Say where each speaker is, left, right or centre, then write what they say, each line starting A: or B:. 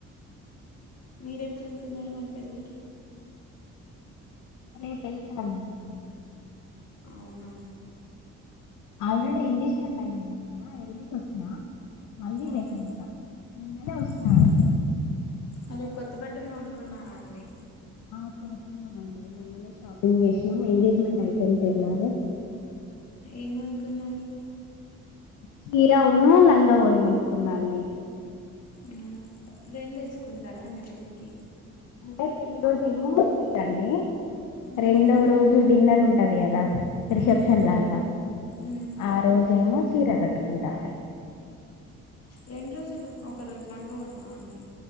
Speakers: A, on the left (about 55°); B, on the left (about 85°).
A: మీర ఎప్పుడు వెళ్తున్నారు మరి పెళ్ళికి.
B: రేపు ఎల్తా అండి నేను.
A: అవునా.
B: ఆల్రెడి ఎంగేజ్మెంట్ అయింది నిన్న, ఎల్ సివొచ్చిన. మళ్ళీ
A: అవునా
B: రేపేల్తా, నిన్ననే వొచ్చిన
A: అవునా
B: అండి.
A: మరి కొత్త బట్టలు కొనుక్కున్నారా అండి
B: ఆ కోనుకున్నమండి మొన్ననే షాపింగ్ చేసినాం ఎంగేజ్మెంట్ అయిపోయిన తెళ్లారే
A: ఏం కోనుకున్నారు
B: చీర ఉన్ను లంగ ఓని కొనుక్కున్న అండి
A: అవునా రెండు ఏసుకుంటారా అండి పెళ్ళికి
B: అంటే పెళ్లి రోజు ఏమో చీరండి
A: మ్మ్
B: రెండో రోజు డిన్నర్ ఉం అది గద. రిసెప్షన్
A: మ్మ్
B: లాగా,
A: మ్మ్
B: ఆ రోజేమో, చీర కట్టు. ఉంటా.
A: రెండు రోజులు, ఒక రోజు లంగవనా అండి.